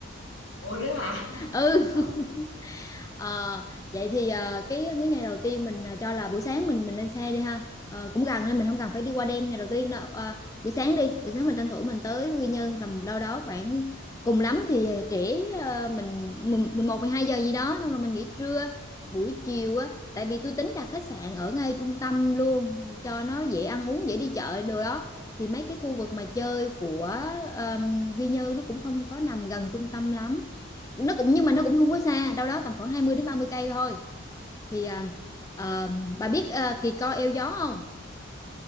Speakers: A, on the left (about 70°); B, on the left (about 15°).
A: ủa rứa hả
B: Ừ.
A: <laughs>
B: Ờ, vậy thì, ờ, cái cái ngày đầu tiên mình, à, cho là buổi sáng mình mình lên xe đi ha, ờ, cũng gần nên mình không cần phải đi qua đêm ngày đầu tiên đâu, ờ, buổi sáng đi, buổi sáng mình tranh thủ mình tới Quy Nhơn tầm đâu đó khoảng cùng lắm thì, à, trễ, ơ, mình mười 11 mười hai giờ gì đó, xong rồi mình nghỉ trưa. Buổi chiều á, tại vì tôi tính đặt khách sạn ở ngay trung tâm luôn cho nó dễ ăn uống, dễ đi chợ đồ đó, thì mấy cái khu vực mà chơi của, ờm, Quy Nhơn nó cũng không có nằm gần trung tâm lắm nó cũng nhưng mà nó cũng không quá xa đâu đó tầm khoảng 20 đến 30 cây thôi thì à, à, bà biết à, kỳ co eo gió không